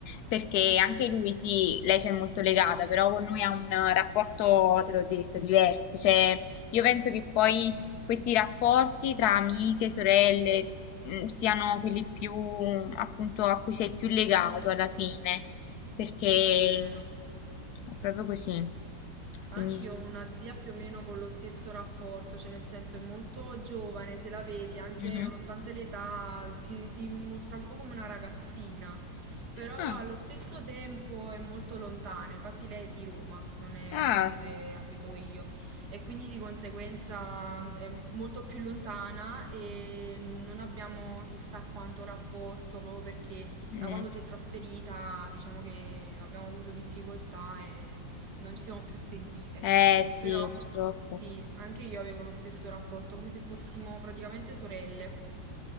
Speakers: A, on the left (about 70°); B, on the right (about 60°).
A: perché anche lui, sì, lei c'è molto legata, però con noi ha un rapporto, te l'ho detto, diverso. Cioè, io
B: Diverso,
A: penso che poi questi rapporti tra amiche, sorelle, mh, siano quelli più, appunto, a cui sei più legato alla fine, perché
B: è vero.
A: è proprio così. Quindi
B: Anch'io
A: sì.
B: ho una zia più o meno con lo stesso rapporto, cioè nel senso è molto giovane, se la vedi, anche
A: Mhm.
B: nonostante l'età, si, si mostra proprio come una ragazzina, però
A: Ah,
B: allo stesso tempo è molto lontana, infatti lei è di Roma, non è
A: ah.
B: dove abito io, e quindi di conseguenza è molto più lontana e non abbiamo chissà quanto rapporto proprio perché
A: Mm.
B: da quando si è trasferita, diciamo che abbiamo avuto difficoltà e non ci siamo più sentite.
A: Eh sì,
B: Però
A: purtroppo.
B: sì, anche io avevo lo stesso rapporto, come se fossimo praticamente sorelle.